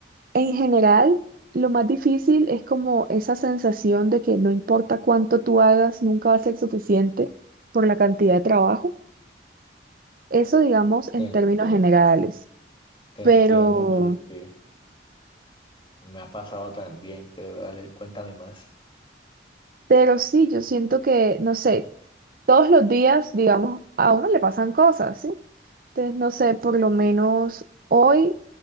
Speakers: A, on the right; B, on the left.
A: en general, lo más difícil es como esa sensación de que no importa cuánto tú hagas, nunca va a ser suficiente por la cantidad de trabajo. Eso, digamos, en
B: Te entiendo,
A: términos generales.
B: te
A: Pero,
B: entiendo porque me ha pasado también, pero dale, cuéntame más.
A: pero sí, yo siento que, no sé, todos los días, digamos, a uno le pasan cosas, ¿sí? Entonces, no sé, por lo menos hoy